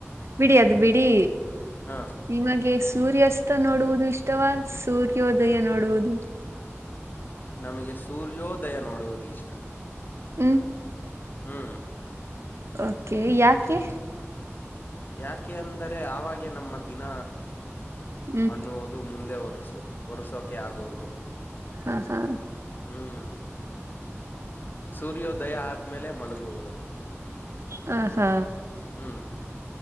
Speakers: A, on the right (about 65°); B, on the left (about 45°).
A: ಬಿಡಿ ಅದು ಬಿಡಿ
B: ಹಾ
A: ನಿಮಗೆ ಸೂರ್ಯಾಸ್ತ ನೋಡುವುದು ಇಷ್ಟವಾ ಸೂರ್ಯೋದಯ ನೋಡುವುದು
B: ನಮಗೆ ಸೂರ್ಯೋದಯ ನೋಡುವುದು ಇಷ್ಟ
A: ಹ್ಮ್
B: ಹ್ಮ್
A: ಓಕೆ ಯಾಕೆ
B: ಯಾಕೆ ಅಂದರೆ ಆವಾಗೆ ನಮ್ಮ ದಿನ
A: ಹ್ಮ್
B: ಅನ್ನುವುದು ಇದು ಮುಂದೆ ಒರ್ಸು ಒರ್ಸೋಕೆ ಆಗುವುದು
A: ಹಾ ಹಾ
B: ಹ್ಮ್ ಸೂರ್ಯೋದಯ ಆದ್ಮೇಲೆ ಮಲಗುವುದು
A: ಹ ಹಾ
B: ಹ್ಮ್